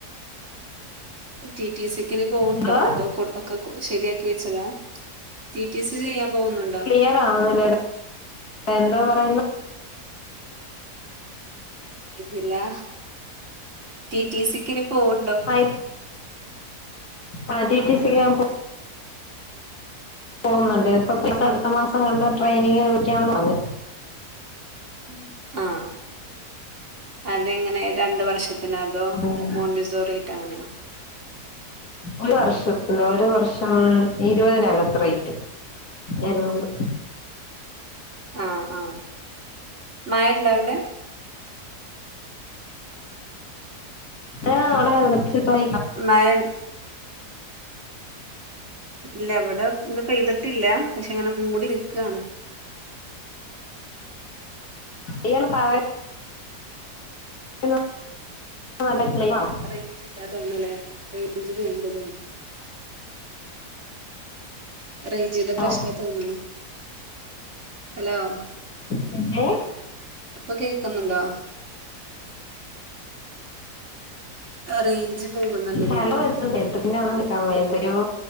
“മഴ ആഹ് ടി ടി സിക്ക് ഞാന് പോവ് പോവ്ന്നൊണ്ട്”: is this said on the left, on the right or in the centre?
Left